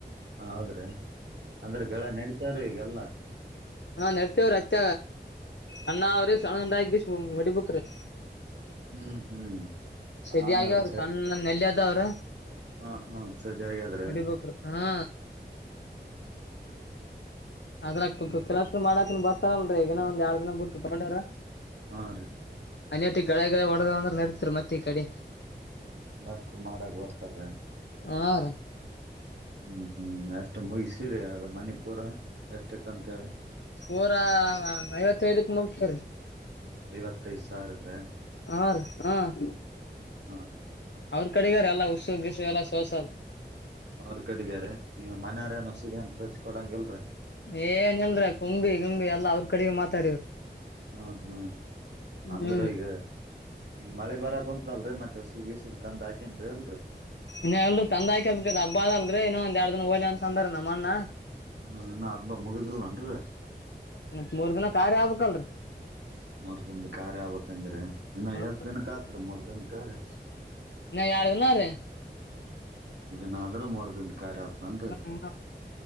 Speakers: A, on the right (about 80°); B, on the left (about 85°).
A: ಹೌದ್ರೆ ಅಂದ್ರೆ ಗಳ ನಡಿತಾರೂ ಈಗೆಲ್ಲ.
B: ಹ ನತೆ ಅವ ಅಚ್ಚ ಅಣ್ಣಾವ್ರು ಸಡನ್ನಾಗಿ ಬೆಳೆ ಬೇಕರಿ.
A: ಹ್ಮ್ ಹ್ಮ್
B: ಸರಿ
A: ಆಮೇಲೆ
B: ಆಗ್ಯ ಅವ್ರ
A: ಸ
B: ಸಣ್ಣ ನೆಲ್ಲಿ ಅದ ಅವ್ರ
A: ಹಾ ಹಾ ಸದಿ ಆಗ್ಯಾದ್ರಿ
B: ಒಡಿ ಬಕರ್ ಹಾ ಅದ್ರರು
A: ಅಂದ್ರ
B: ಮಾಡಕಕ್ನ್ ಬರ್ತಾರಲ್ರಿ ಈಗನ ಒಂದ್ ಎರಡ್ ದಿನ ಬಿಟ್ಟ ತಗೊಂಡರ
A: ಹಾ ರಿ
B: ಅನಿಟ್ಟಿ ಗಳೆಗಳ ಹೊಡೆದ ಅಂದ್ರೆ ನಡೀತರು ಮತ್ತೆ ಈ ಕಡೆ.
A: ಎಲ್ಲಷ್ಟು ಮಾಡಕ್ ಬರ್ತಾರ್ರ
B: ಹೂ ರಿ
A: ಹ್ಮ್ ಹ್ಮ್ ಎಷ್ಟ್ ಮುಗಸೀರಿ ಅದ ಮಣಿಪುರ ಎಷ್ಟಕ್ಕಂತ ಹೇಳ
B: ಊರ ಐವತ್ತೈದಕ್ ಮುಗ್ಸಿವ್ರಿ
A: ಐವತ್ತು ಐದು ಸಾವಿರಕ್ರ.
B: ಹೂ ರಿ ಹೂ
A: ಹಾ
B: ಅವ್ರ ಕಡೆಗಾರ ಎಲ್ಲ ಹುಸುಗಿಸು ಎಲ್ಲಾ ಸೋಸ
A: ಅವ್ರ ಕಡಗಾರ ನೀವ್ ಮನೆಯಾರೇಏನ್ ಹೊಸಿಗೆನ್ ಸ್ವಚ್ ಕೊಡಂಗ ಇಲ್ರರಿ.
B: ಏನ್ಲ್ರ ಕುಂಬಿ ಗಂಬಿ ಎಲ್ಲ ಅವ್ರ ಕಡೆಗೆ ಮಾತಾಡವರು.
A: ಹ್ಮ ಹ್ಮ್ ಅಂದ್ರೆ
B: ಹ್ಮ್
A: ಈಗ ಈಗ್ ಮಳೆ ಬರಕ್ ಕುಂತಲ್ರರಿ ಮತ್ತೆ ಉಸಗ್ಸಗ್ ತಂದ ಹಾಕೇನ್ ಅಲ್ರರಿ
B: ಇ ಎಲ್ರು ತಂದ ಆ ಬ್ ಹಬ್ಬ ಅಲ್ರಿ ಇನೊ ಒಂದ ಎರಡ್ ದಿನ ಹೋಗಲಿ ಅಂತ ಅಂದಾರ ನಮ್ಮಣ್ಣ.
A: ಹ ಇನ್ನ ಹಬ್ಬ ಮುಗಿದಿಲ್ಲನ್ರಿ
B: ಮತ್ ಮೂರ್ ದಿನ ಕಾರ್ಯ ಆಗಬೇಕಲ್ರಿ
A: ಮೂರ್ ದನ್ದ ಕಾರಾರ್ ಆಗ್ಬಬೇಕಂದ್ರೆ ಇನ್ನು
B: ಹಾ
A: ಎಷ್ಟ ದಿನಕ ಆತ್ ಮೂರ್ ದಿನ ಕಾರ್ಯ
B: ಇನ್ನು ಎರಡು ದಿನ ರಿ
A: ನ ಆದ್ರೆ ಮೂರು ದಿನ. ಕಾರ್ಯ ಆತದನ್ರಿ
B: ಹ್ಮ